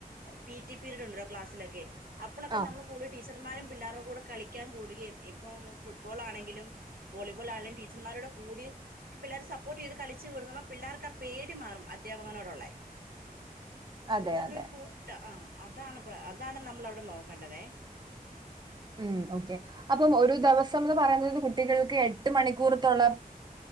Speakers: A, on the right (about 75°); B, on the right (about 30°).
A: പി ടി പിരീഡ് ഉണ്ടല്ലോ ക്ലാസ്സിലൊക്കെ അപ്പളൊക്കെ
B: ആ
A: നമ്മൾ കൂളിൽ ടീച്ചർമാരും പിള്ളാരുടെ കൂടെ കളിക്കാൻ കൂടുകയും ഇപ്പം ഫുട്ബോൾ ആണെങ്കിലും വോളിബോൾ <unintelligible> ടീച്ചർമാരോടെ കൂടി പിള്ളേരെ സപ്പോർട്ട് ചെയ്ത് കളിച്ചു കൊടുക്കുമ്പോ പിള്ളേർക്ക് ആ പേടി മാറും, അധ്യാപകനോടൊള്ളെ. അവര്
B: അതെ
A: തമ്മിലരു
B: അതെ
A: കൂട്ട ആ അതാണ് അതാണ് നമ്മൾ അവിടെ നോക്കേണ്ടത്
B: ഉം ഓക്കെ അപ്പം ഒരു ദിവസം എന്ന് പറയുന്നത് കുട്ടികൾക്ക് എട്ട് മണിക്കൂർത്തുള്ള്